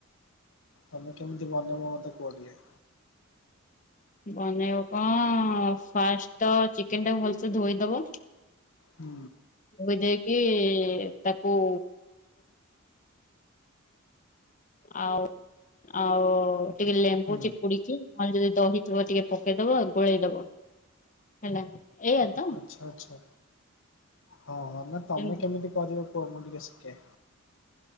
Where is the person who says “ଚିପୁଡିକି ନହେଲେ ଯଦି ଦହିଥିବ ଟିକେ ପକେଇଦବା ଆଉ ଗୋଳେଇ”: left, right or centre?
Left